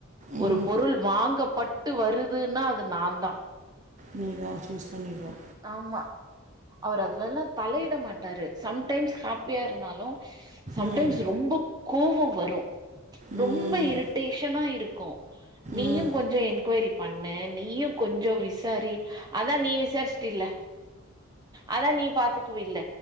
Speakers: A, on the right; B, on the right.
A: ம்
B: ஒரு பொருள் வாங்கப்பட்டு வருதுன்னா அது நா தான்
A: நீதா சூஸ் பண்ணிக்கோ
B: ஆமா அவர் அதுலல்லா தலையிட மாட்டாரு சம் டைம்ஸ் ஹாப்பியா இருந்தாலு சம்
A: ம்
B: டைம்ஸ் ரொம்ப கோவம் வரு
A: ம்
B: ரொம்போ இரிட்டேஷனா இருக்கு நீயு
A: ம்
B: கொஞ்சோ என்கொயரி பண்ணு நீயு கொஞ்சோ விசாரி அதான் நீ விசாரிச்சுட்டில்ல அதா நீ பாத்துக்குவில